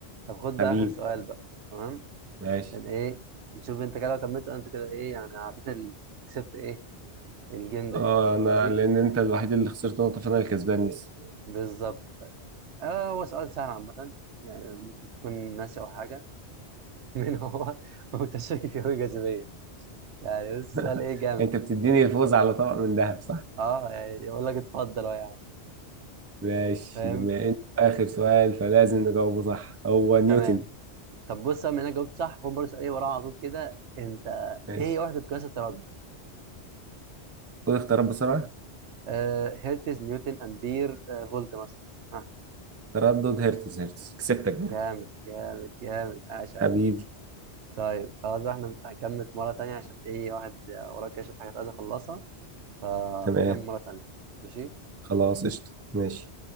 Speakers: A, on the right; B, on the right.
A: طب خد
B: حبيبي
A: بقى آخر سؤال بقى تمام
B: ماشي
A: عشان إيه نشوف أنت كده لو كملت أنت كده إيه يعني عديت ال... كسبت إيه الجيم ديت
B: اه انا
A: ماشي
B: لان انت الوحيد اللي خسرت نقطة فانا الكسبان لسه
A: بالظبط آه هو سؤال سهل عامة يعني ممكن تكون ناسي أو حاجة <laughs> من هو مكتشف الجاذبية الجاذبية يعني بص
B: <laughs>
A: سؤال إيه جامد
B: انت بتديني الفوز على طبق من ذهب صح
A: أه يعني يقول لك اتفضل أهو يا عم
B: ماشي
A: فاهم
B: بما ان اخر سؤال فلازم نجاوبه صح هو نيوتن
A: تمام طب بص بما إنك جاوبت صح خد برضه سؤال إيه وراه على طول كده أنت
B: ماشي
A: إيه هي وحدة قياس التردد
B: خد اختيارات بسرعة
A: آه هيرتز نيوتن امبير آه فولت مثلا آه مم.
B: تردد هرتز هرتز كسبتك برضه
A: جامد جامد جامد عاش قوي
B: حبيبي
A: طيب خلاص بقى احنا هنكمل في مره تانية عشان ايه واحد آه، وراه كده شويه حاجات عايز اخلصها فنكمل
B: تمام
A: مره تانية ماشي
B: خلاص قشطة ماشي